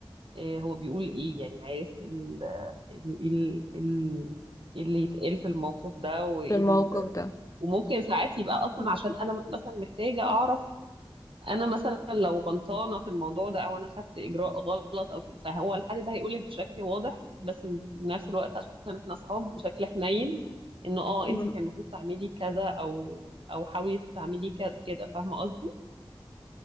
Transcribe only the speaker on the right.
آه، هو بيقول إيه يعني عارف ال ال ال ال اللي يتقال في الموقف ده وإيه
ال-
وممكن ساعات يبقى أصلا
عشان أنا مثلا محتاجة أعرف انا مثلا لو غلطانه في الموضوع ده او انا خدت اجراء غلط او كده، فهو الحد ده هيقولك بشكل واضح بس في نفس الوقت عشان احنا اصحاب بشكل حنين انه اه
انت كان المفروض تعملي كذا او او حاولي تعملي ك- كده فاهمه قصدي